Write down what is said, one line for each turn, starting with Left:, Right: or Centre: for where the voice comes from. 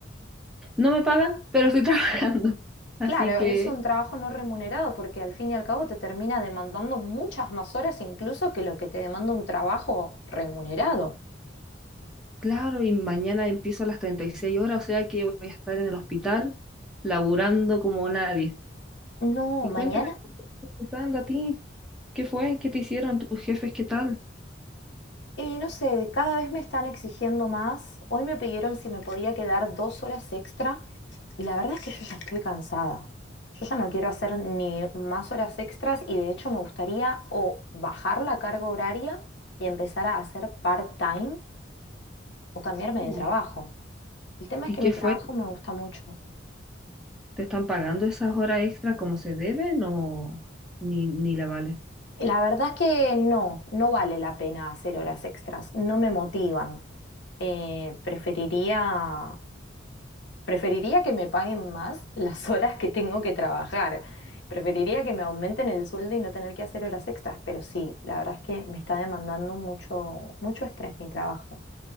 Centre: No me pagan, pero estoy <laughs> trabajando. Así
Left: Claro,
Centre: que
Left: es un trabajo no remunerado porque al fin y al cabo te termina demandando muchas más horas incluso que lo que te demanda un trabajo remunerado.
Centre: Claro, y mañana empiezo a las 36 horas, o sea que voy a estar en el hospital laburando como nadie.
Left: No,
Centre: Y
Left: mañana,
Centre: cuéntame, ¿por qué estás empezando a ti? ¿Qué fue? ¿Qué te hicieron tus jefes? ¿Qué tal?
Left: eh, no sé, cada vez me están exigiendo más. Hoy me pidieron si me podía quedar dos horas extra y la verdad es que yo ya estoy cansada. Yo ya no quiero hacer ni más horas extras y de hecho me gustaría o bajar la carga horaria y empezar a hacer part-time o cambiarme
Centre: Uy,
Left: de trabajo. El tema
Centre: ¿y
Left: es que
Centre: qué
Left: mi
Centre: fue?
Left: trabajo me gusta mucho.
Centre: ¿Te están pagando esas horas extra como se deben o ni, ni la vale?
Left: Y La verdad es que no, no vale la pena hacer horas extras, no me motivan. Eh, preferiría Preferiría que me paguen más las horas que tengo que trabajar. Preferiría que me aumenten el sueldo y no tener que hacer horas extras, pero sí, la verdad es que me está demandando mucho, mucho estrés mi trabajo.